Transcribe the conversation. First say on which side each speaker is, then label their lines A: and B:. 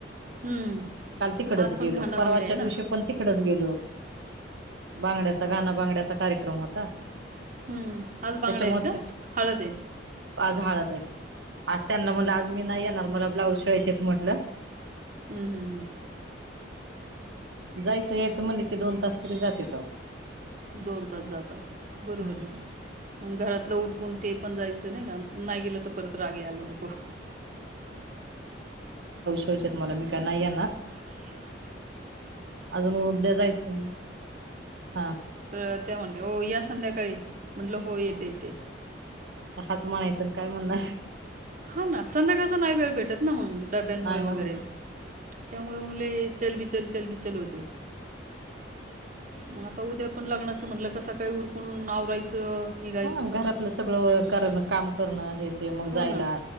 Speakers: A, on the right (about 45°); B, on the right (about 75°).
A: हं.
B: काल तिकडच
A: आज पण
B: गेलो
A: घाणा
B: परवाच्या
A: त्याच्यामुळे बांगड्या आहे
B: दिवशी
A: ना?
B: पण तिकडेच गेलो. बांगड्याचा गाण बांगड्याचा कार्यक्रम होता.
A: हम्म आज बांगड्या
B: त्याच्यामुळे
A: आहेत का
B: ते
A: हळद ये.
B: आज हळद आहे आज त्यांना म्हणल आज मी नाही येणार मला ब्लाउज शिवायचेत म्हटलं.
A: हम् हम् हम.
B: जायचं यायचं म्हणल की दोन तास तरी जातेेत आहो.
A: दोन तास जातातच
B: हम्म
A: बरोबर आहे. मग घरातलं उरकून ते पण जायचं नाही का? नाही गेलं तर परत राग यायला नको.
B: पैशात मी काय नाही येणार.
A: नाही येणार.
B: अजून उद्या जायचं हा.
A: त्या म्हणले हो या संध्याकाळी म्हटलं हो येते
B: हा
A: येते.
B: हाच म्हणायचं काय म्हणणार.
A: हा ना संध्याकाळचा नाही वेळ भेटत ना मग डब्यांमुळे
B: नाही
A: वगैरे
B: ना होत.
A: त्यामुळे लय चलबीचल चलबीचल होते. मग आता उद्या पण लग्नाच म्हटलं का सकाळी उरकून आवरायचं निघ
B: हा घरातलं सगळं करण काम करणं हे ते मग
A: हो
B: जायला
A: ना.